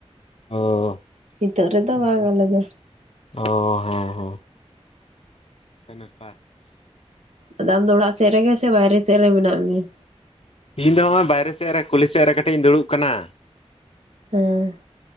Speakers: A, on the left; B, on the right.
A: ᱳ
B: ᱦᱤᱛᱚᱜ ᱨᱮᱫᱚ ᱵᱟᱝ ᱟᱞᱮ ᱫᱚ
A: ᱚ ᱦᱮ ᱦᱮ ᱤᱱᱠᱟᱱ ᱵᱮᱯᱟᱨ
B: ᱟᱫᱚ ᱟᱢ ᱫᱚ ᱚᱲᱟᱜ ᱥᱮᱫ ᱨᱮᱜᱮ ᱥᱮ ᱵᱟᱭᱨᱮ ᱥᱮᱫ ᱨᱮ ᱢᱮᱱᱟᱜ ᱢᱮᱭᱟ
A: ᱤᱧ ᱫᱚ ᱦᱚᱜᱼᱚᱭ ᱵᱟᱭᱨᱮ ᱥᱮᱫ ᱨᱮ ᱠᱩᱞᱤ ᱥᱮᱫ ᱨᱮ ᱠᱟᱹᱴᱤᱡ ᱤᱧ ᱫᱩᱲᱩᱵ ᱠᱟᱱᱟ
B: ᱦᱮᱸ